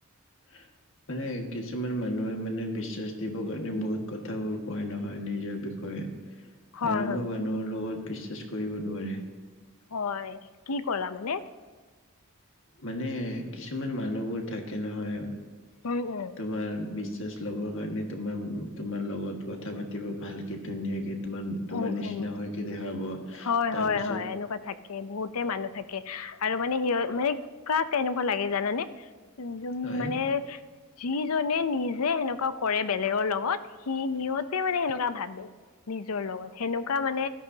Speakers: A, on the left; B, on the left.
A: <inaudible> মানে কিছুমান মানুহে মানে বিশ্বাস দিবৰ কাৰণে বহুত কথাবোৰ কয় নহয় নিজৰ বিষয়ে
B: হয়
A: এনেকুৱা
B: হয়
A: মানুহৰ লগত বিশ্বাস কৰিব নোৱাৰে।
B: হয়, কি কলা মানে?
A: মানে কিছুমান মানুহবোৰ থাকে নহয়
B: অ', অ'
A: তোমাৰ বিশ্বাস ল'বৰ কাৰণে তোমাৰ তোমাৰ লগত কথা পাতিব ভালকৈ ধুনীয়াকৈ তোমাৰ
B: উম
A: নিচিনা
B: উম
A: হৈকে দেখুৱাব
B: হয়
A: তাৰ
B: হয়
A: পিছত
B: হয় এনেকুৱা থাকে বহুতে মানুহ থাকে। আৰু মানে সিহ মানে কাক তেনেকুৱা লাগে জানানে যোন
A: হয়
B: মানে যিজনে নিজে সেনেকুৱা কৰে বেলেগৰ লগত সি সিহঁতে মানে সেনেকুৱা ভাবে। নিজৰ লগত সেনেকুৱা মানে